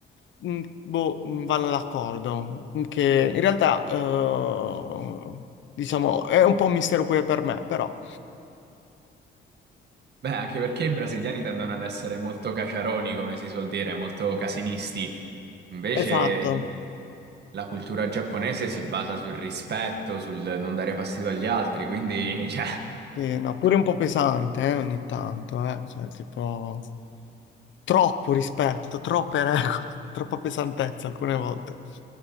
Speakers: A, on the left; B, on the right.
A: mh, boh, mh, vanno d'accordo. Che in realtà, eh, diciamo, è un po' un mistero pure per me, però.
B: Beh, anche perché i brasiliani tendono ad essere molto caciaroni, come si suol dire, molto casinisti. Invece
A: Esatto,
B: i- la cultura giapponese si basa sul rispetto, sul non dare fastidio agli altri, quindi, cioè...
A: sì, no, pure un po'
B: <laughs>
A: pesante, eh, ogni tanto, eh, cioè, tipo... Troppo rispetto, troppe regole, <laughs> troppa pesantezza alcune volte.